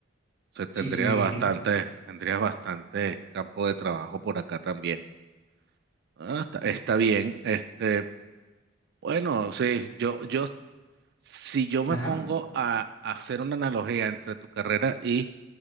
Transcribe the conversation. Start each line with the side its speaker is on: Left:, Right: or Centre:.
Right: Entonces tendría
Left: Sí, sí, me imagino.
Right: bastante, tendría bastante campo de trabajo por acá también. Ah, está, está bien. Este, bueno, sí, yo, yo, si yo me
Left: Ajá.
Right: pongo a, a hacer una analogía entre tu carrera y